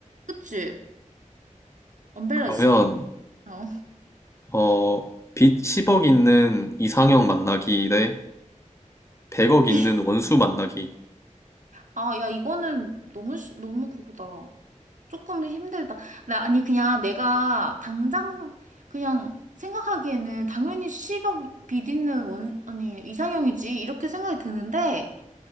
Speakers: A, on the right; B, on the left.
A: 그치? 언밸런스
B: 그러면
A: 게임이네. 어.
B: 어, 빚 10억 있는 이상형 만나기 대 100억 있는
A: <laughs>
B: 원수 만나기.
A: 아, 야, 이거는 너무, 쉬- 너무 그거다. 조금 힘들다. 나, 아니, 그냥 내가 당장, 그냥 생각하기에는 당연히 10억 비디는 원, 아니, 이상형이지. 이렇게 생각이 드는데,